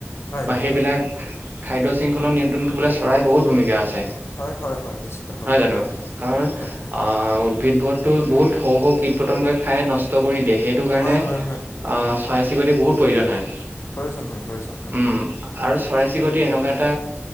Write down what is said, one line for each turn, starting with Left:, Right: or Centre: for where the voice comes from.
Left: হয়
Right: বা সেইবিলাক খাদ্য- শৃংখলা নিয়ন্ত্ৰণ কৰিবলৈ চৰাইৰ বহুত ভূমিকা আছে,
Left: হয় হয় হয় নিশ্চিতভাৱে
Right: নহয় জানো? কাৰণ
Left: হয় হয়
Right: অ উ- দ্ভিদবৰটো বহুত সৰু সৰু কীট পতংগই খাই নষ্ট কৰি দিয়ে সেইটো কাৰণে
Left: হয় হয় হয়
Right: অ' চৰাই-চিৰিকঁটিৰ বহুত প্ৰয়োজন হয়
Left: প্ৰয়োজন হয় প্ৰয়োজন হয়
Right: উম আৰু চৰাই-চিৰিকঁ- এটা